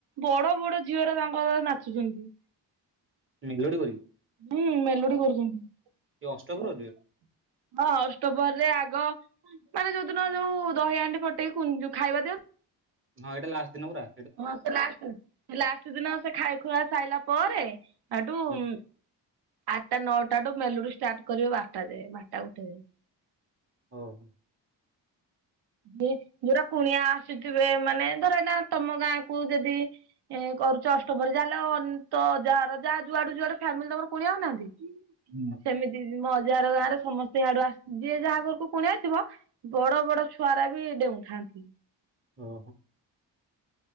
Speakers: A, on the right; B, on the right.
A: ବଡ ବଡ ଝିଅ ଉରା ତାଙ୍କର ନାଚୁଛନ୍ତି।
B: ମେଲୋଡି କରିକି?
A: ହୁଁ, ମେଲୋଡି କରୁଛନ୍ତି।
B: ଏ ଅଷ୍ଟପ୍ରହରୀରେ
A: ହଁ ଅଷ୍ଟପ୍ରହରୀ ରେ ଆଗ ତାଙ୍କର ଯୋଉଦିନ ଯୋଉ ଦହି ହାଣ୍ଡି ଫଟେଇ କୁ- ଯୋଉ ଖାଇବା ଦିଅ
B: ହଁ ଏଟା ଲାଷ୍ଟ ଦିନ ପୁରା?
A: ହଁ ସେ ଲାଷ୍ଟ ଦି, ସେ ଲାଷ୍ଟ ଦିନ ସେ ଖାଇ ଖୁଆ ସାଇଲା ପରେ ଏଠୁ
B: ହୁଁ
A: ଉଁ, ଆଟା ନଅଟାଠୁ ମେଲୋଡି ଷ୍ଟାର୍ଟ କରିବେ ବାରଟା ଯାଏ। ବାରଟା ଗୋଟେ ଯାଏ।
B: ଓ ହଁ।
A: ଯେ ଯୋଉରା କୁଣିଆ ଆସୁଥିବେ, ମାନେ ଧର ଏଇନା ତୋମ ଗାଁକୁ ଯଦି ଏ କରୁଚ ଅଷ୍ଟପ୍ରହରୀ ଯା ହେଲେ ଅନ୍ ତ ଯାହାର ଯା ଯୁଆଡୁ ଯୁଆଡୁ ଫ୍ୟାମିଲି ତୋମର କୁଣିଆ ଆଉନାହାନ୍ତି?
B: ହୁଁ
A: ସେମିତି ମୋ ଅଜା ଘର ଗାଁ ରେ ସମସ୍ତେ ସିଆଡୁ ଆ, ଯିଏ ଯାହା ଘରକୁ କୁଣିଆ ଆଇଥିବ ବଡ ବଡ ଛୁଆଉରା ବି ଡେଉଁଥାନ୍ତି।
B: ଓ